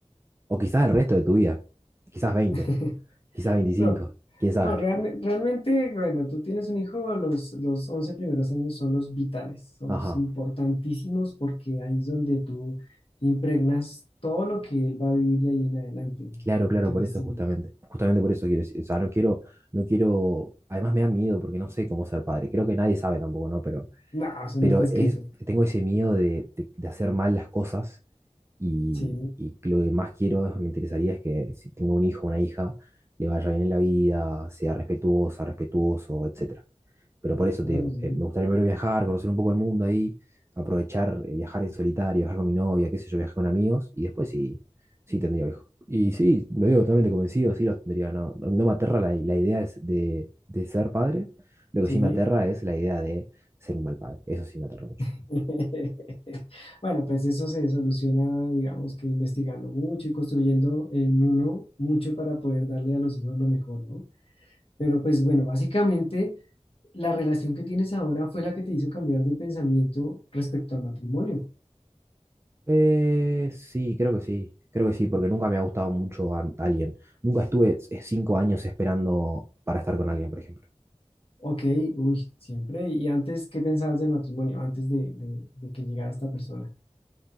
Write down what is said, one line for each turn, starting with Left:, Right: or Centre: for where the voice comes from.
Right: o quizás el resto de tu vida, quizás veinte
Left: <laughs>
Right: quizás veinticinco
Left: No,
Right: quién sabe.
Left: no realme- realmente, bueno, tú tienes un hijo, los, los 11 primeros años son los vitales, son
Right: Ajá.
Left: los importantísimos porque ahí es donde tú impregnas todo lo que él va a vivir de ahí en adelante.
Right: Claro,
Left: Entonces,
Right: claro, por eso
Left: sí,
Right: justamente. Justamente por eso quiero decir. O sea, no quiero, no quiero. Además me da miedo porque no sé cómo ser padre. Creo que nadie sabe tampoco, ¿no? Pero,
Left: no, eso
Right: pero
Left: no está escrito.
Right: es, tengo ese miedo de, de- de hacer mal las cosas y,
Left: Sí.
Right: y lo que más quiero, me interesaría es que si tengo un hijo o una hija, le vaya bien en la vida, sea respetuosa, respetuoso, etc. Pero
Left: Ah,
Right: por eso te digo,
Left: sí.
Right: eh, me gustaría primero viajar, conocer un poco el mundo ahí, aprovechar, eh, viajar en solitario, viajar con mi novia, qué sé yo, viajar con amigos, y después sí, sí tendría hijos. Y sí, lo digo totalmente convencido, sí los tendría, no, no, no me aterra la, la idea es de, de ser padre, lo que
Left: Sí.
Right: sí me aterra es la idea de ser un mal padre, eso sí me aterra mucho.
Left: <laughs> Bueno, pues eso se soluciona, digamos que investigando mucho y construyendo en uno mucho para poder darle a los hijos lo mejor, ¿no? Pero pues bueno, básicamente la relación que tienes ahora fue la que te hizo cambiar de pensamiento respecto al matrimonio.
Right: Eh, sí, creo que sí, creo que sí, porque nunca me ha gustado mucho an- alguien. Nunca estuve eh, cinco años esperando para estar con alguien, por ejemplo.
Left: Ok, uy, siempre. ¿Y antes qué pensabas del matrimonio? Antes de, de de que llegara esta persona.